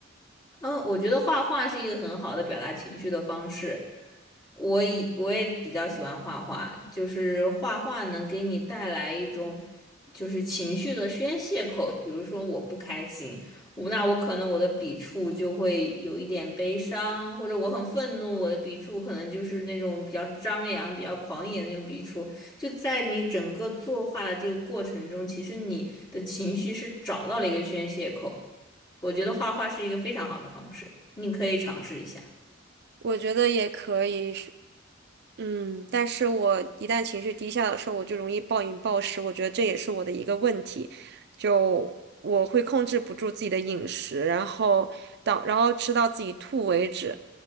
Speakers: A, on the left; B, on the right.
A: 嗯，我觉得画画是一个很好的表达情绪的方式。我以我也比较喜欢画画，就是画画能给你带来一种就是情绪的宣泄口。比如说我不开心，我那我可能我的笔触就会有一点悲伤，或者我很愤怒，我的笔触可能就是那种比较张扬、比较狂野的那种笔触。就在你整个作画的这个过程中，其实你的情绪是找到了一个宣泄口。我觉得画画是一个非常好的方式，你可以尝试一下。
B: 我觉得也可以是嗯，但是我一旦情绪低下的时候，我就容易暴饮暴食，我觉得这也是我的一个问题，就我会控制不住自己的饮食，然后到，然后吃到自己吐为止。